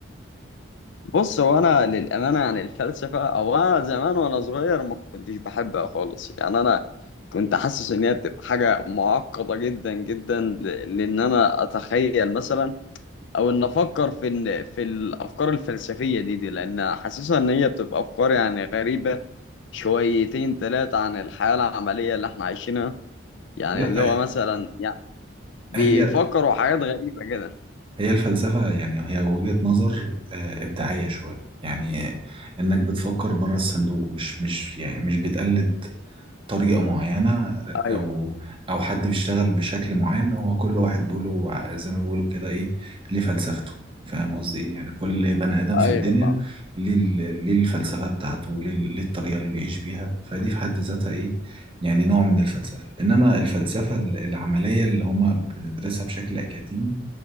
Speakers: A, on the left (about 65°); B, on the right (about 25°).
A: بص هو انا للامانه عن الفلسفه او انا زمان وانا صغير ما كنتش بحبها خالص يعني انا كنت حاسس ان هي بتبقى حاجه معقده جدا جدا ل- لان انا اتخيل مثلا او ان افكر في إن في الافكار الفلسفيه دي دي لان حاسسها ان هي بتبقى افكار يعني غريبه شويتين ثلاثه عن الحياه العمليه اللي احنا عايشينها يعني
B: لا
A: اللي هو
B: آه،
A: مثلا يعني بيفكروا
B: هي
A: حاجات غريبه كده
B: هي الفلسفة يعني هي وجهة نظر آه، إبداعية شوية يعني آه، إنك بتفكر بره الصندوق مش مش يعني مش بتقلد طريقة معينة
A: ايوه
B: أو أو حد بيشتغل بشكل معين هو كل واحد بيقوله ع- زي ما بيقولوا كده إيه ليه فلسفته فاهم قصدي إيه يعني كل بني آدم في
A: ايوه
B: الدنيا
A: فاهم
B: ليه ال- ليه الفلسفة بتاعته ليه ال- ليه الطريقة اللي بيعيش بيها فدي في حد ذاتها إيه يعني نوع من الفلسفة إنما الفلسفة ال- العملية اللي هما بندرسها بشكل أكاديمي